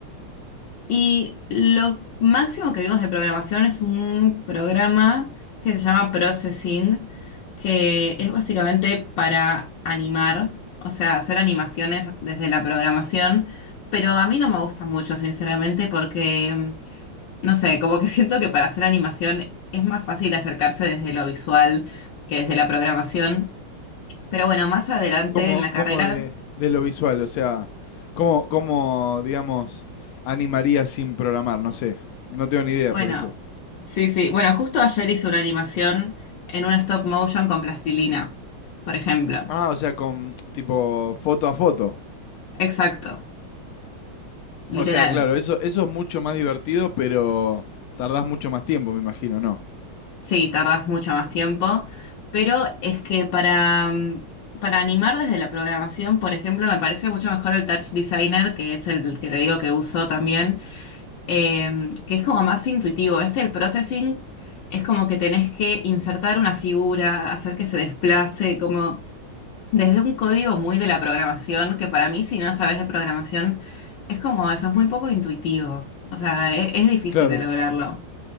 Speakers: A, on the left (about 70°); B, on the left (about 85°).
A: Y lo máximo que vimos de programación es un programa que se llama Processing, que es básicamente para animar, o sea, hacer animaciones desde la programación, pero a mí no me gusta mucho, sinceramente, porque... No sé, como que siento que para hacer animación es más fácil acercarse desde lo visual que desde la programación. Pero bueno, más adelante
B: ¿Cómo,
A: en la carrera,
B: cómo de, de lo visual? O sea, ¿cómo, cómo, digamos, animaría sin programar? No sé. No tengo ni idea
A: bueno,
B: por eso.
A: sí, sí. Bueno, justo ayer hice una animación en un stop motion con plastilina, por ejemplo.
B: Ah, o sea, con tipo foto a foto.
A: Exacto, literal.
B: O sea, claro, eso, eso es mucho más divertido, pero tardás mucho más tiempo, me imagino, ¿no?
A: Sí, tardas mucho más tiempo, pero es que para, mm, para animar desde la programación, por ejemplo, me parece mucho mejor el Touch Designer, que es el que te digo que uso también eh, que es como más intuitivo. Este, el processing, es como que tenés que insertar una figura, hacer que se desplace, como desde un código muy de la programación, que para mí, si no sabes de programación, es como eso, es muy poco intuitivo. O sea, e- es, difícil
B: Claro.
A: de lograrlo.